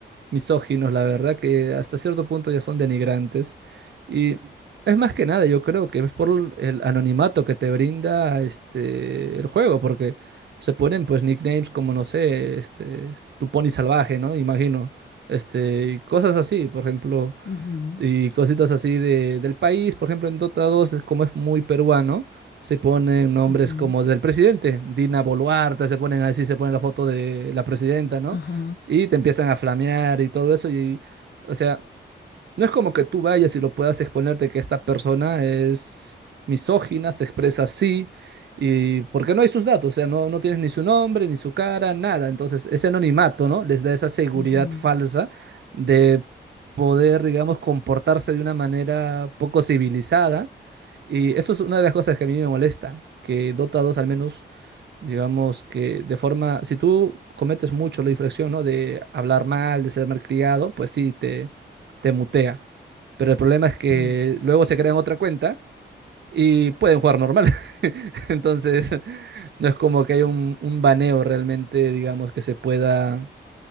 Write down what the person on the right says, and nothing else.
misóginos, la verdad que hasta cierto punto ya son denigrantes. Y es más que nada, yo creo que es por el anonimato que te brinda este, el juego, porque se ponen pues nicknames como, no sé, este, tu pony salvaje, ¿no? Imagino, este, y cosas así, por ejemplo
y cositas así de, del país. Por ejemplo, en Dota dos es como es muy peruano, se ponen nombres
como del presidente, Dina Boluarte, se ponen así, se ponen la foto de la presidenta, ¿no?
Y te empiezan a flamear y todo eso. Y, o sea, no es como que tú vayas y lo puedas exponerte que esta persona es misógina, se expresa así, y porque no hay sus datos, o sea, no, no tienes ni su nombre, ni su cara, nada. Entonces, ese anonimato, ¿no? Les da esa seguridad
falsa de poder, digamos, comportarse de una manera poco civilizada. Y eso es una de las cosas que a mí me molesta, que Dota 2 al menos, digamos que de forma, si tú cometes mucho la infracción, ¿no? De hablar mal, de ser malcriado, pues sí, te te mutea. Pero el problema es que
luego se crean otra cuenta y pueden jugar normal. <laughs> Entonces, no es como que hay un, un baneo realmente, digamos, que se pueda,